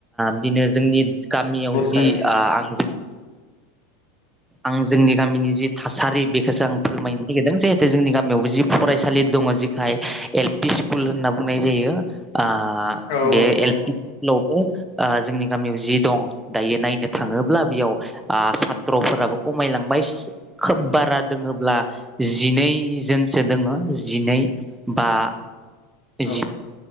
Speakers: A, in the centre; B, on the left.
A: बिदिनो जोंनि गामियाव जि
B: थारैनो
A: आ आंजों आं जोंनि गामिनि जि थासारि बेखोसो आं फोरमायनो नागिरदों जिहेतु जोंनि गामियावबो जि फरायसालि दङ जेखाय एल पि स्कुल होनना बुंनाय जायो। आ
B: औ
A: बे एल
B: औ
A: पि स्कुलाव ओ जोंनि गामियाव जि दं दायो नायनो थाङोब्ला बेयाव आ साथ्र'फो राबो खमायलांबाय खोब बारा दङल्बा जिनैजोनसो दंङो, जि नै बा
B: औ।
A: जि